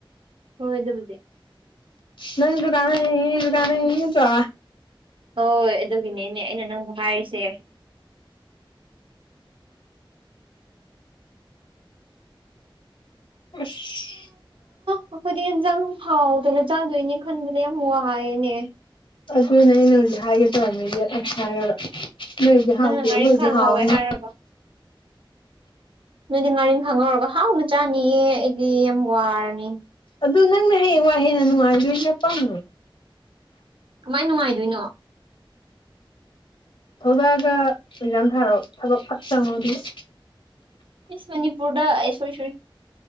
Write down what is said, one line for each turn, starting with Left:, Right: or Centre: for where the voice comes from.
Right: ꯍꯣꯏ ꯠ ꯑꯗꯨꯕꯨꯗꯤ
Left: ꯅꯪꯖꯖ ꯀꯥꯟꯅꯩ ꯔꯤ ꯖꯨ ꯀꯥꯟꯅꯩ ꯅꯠꯇꯔꯥ
Right: ꯍꯣꯏ ꯑꯗꯨꯒꯤꯅꯦꯅꯦ ꯑꯩꯅ ꯅꯪꯕꯨ ꯍꯥꯏꯔꯤꯁꯦ
Left: ꯑꯁ
Right: ꯑꯩꯈꯣꯏꯗꯤ ꯌꯦꯟꯖꯥꯡ ꯐꯥꯎꯗꯅ ꯆꯥꯗꯣꯏꯅꯦ ꯈꯟꯕꯗ ꯌꯥꯝ ꯋꯥꯏꯑꯦꯅꯦ
Left: ꯑꯗꯨꯅꯦ ꯑꯩꯅ ꯍꯧꯖꯤꯛ ꯍꯥꯏꯒꯦ ꯇꯧꯔꯝꯃꯤꯒꯦ ꯑꯁ ꯍꯥꯏꯔꯒ ꯅꯣꯏꯗꯤ ꯍꯥꯎꯇꯦ
Right: ꯅꯪꯅ ꯉꯥꯔꯤꯡꯈꯥ
Left: ꯑꯈꯣꯏꯗꯤ ꯍꯥꯎꯅ
Right: ꯉꯧꯋꯦ ꯍꯥꯏꯔꯒ ꯅꯣꯏꯗꯤ ꯉꯥꯔꯤꯡꯈꯥ ꯉꯧꯔꯒ ꯍꯥꯎꯅ ꯆꯥꯅꯤꯌꯦ ꯑꯩꯗꯤ ꯌꯥꯝ ꯋꯥꯔꯅꯤ
Left: ꯑꯗꯨ ꯅꯪꯅ ꯍꯌꯦꯡꯋꯥꯏ ꯍꯦꯟꯅ ꯅꯨꯡꯉꯥꯏꯗꯣꯏꯅꯦ ꯑꯄꯪ
Right: ꯀꯃꯥꯏ ꯅꯨꯡꯉꯥꯏꯗꯣꯏꯅꯣ
Left: ꯊꯣꯛꯂꯛꯑꯒ ꯑꯦꯛꯖꯥꯝ ꯊꯥꯔꯣ ꯊꯕꯛ ꯐꯛ ꯆꯪꯉꯣ ꯑꯗꯨꯒ
Right: ꯏꯁ ꯃꯅꯤꯄꯨꯔꯗ ꯑꯩ ꯁꯣꯔꯤ ꯁꯣꯔꯤ